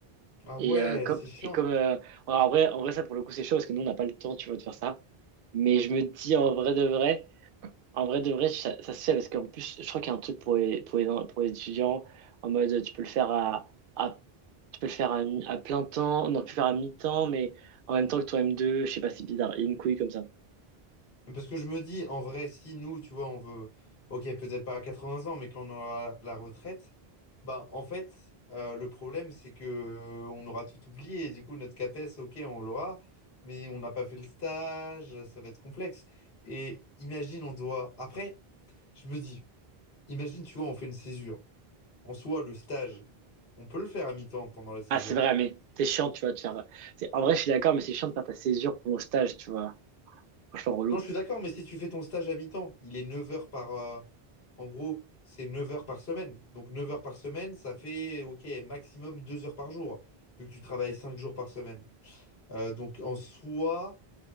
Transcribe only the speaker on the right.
Et
euh, comme,
et comme euh, en vrai, en vrai, ça pour le coup, c'est chaud parce que nous, on n'a pas le temps, tu vois, de faire ça. Mais je me dis en vrai de vrai, en vrai de vrai, ça, ça se fait parce qu'en plus, je crois qu'il y a un truc pour les, pour les, pour les étudiants en mode euh, tu peux le faire à, à, tu peux le faire à, mi- à plein temps, non, tu peux le faire à mi-temps, mais en même temps que ton M2, je sais pas, c'est bizarre, il y a une couille comme ça.
Ah, c'est vrai, mais c'est chiant, tu vois, de faire. c'est- En vrai, je suis d'accord, mais c'est chiant de faire ta césure pour mon stage, tu vois. Franchement, relou.